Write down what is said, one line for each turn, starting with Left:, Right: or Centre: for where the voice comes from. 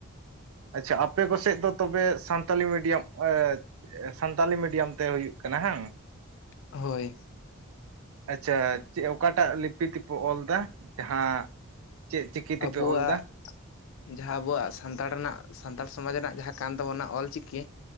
Right: ᱟᱪᱪᱷᱟ ᱟᱯᱮ ᱠᱚᱥᱮᱫ ᱫᱚ ᱛᱚᱵᱮ ᱥᱟᱱᱛᱟᱞᱤ ᱢᱤᱰᱤᱭᱟᱢ ᱮ. ᱥᱟᱱᱛᱟᱞᱤ ᱢᱤᱰᱤᱭᱟᱢ ᱛᱮ ᱦᱩᱭᱩᱜ ᱠᱟᱱᱟ ᱦᱟᱝ?
Left: ᱦᱳᱭ
Right: ᱟᱪᱪᱷᱟ ᱪᱮᱫ ᱚᱠᱟᱴᱟᱜ ᱞᱤᱯᱤ ᱛᱮᱯᱮ ᱚᱞ ᱮᱫᱟ ᱡᱟᱦᱟᱸ? ᱪᱮᱫ ᱪᱤᱠᱤ ᱛᱮᱯᱮ
Left: ᱟᱵᱚᱣᱟᱜ
Right: ᱚᱞ ᱮᱫᱟ
Left: ᱡᱟᱦᱟᱸ ᱟᱵᱚᱣᱟᱜ ᱥᱟᱱᱛᱟᱲ ᱨᱮᱱᱟᱜ ᱥᱟᱱᱛᱟᱲ ᱥᱚᱢᱟᱡᱽ ᱨᱮᱱᱟᱜ ᱡᱟᱦᱟᱸ ᱠᱟᱱ ᱛᱟᱵᱚᱱᱟ ᱚᱞ ᱪᱤᱠᱤ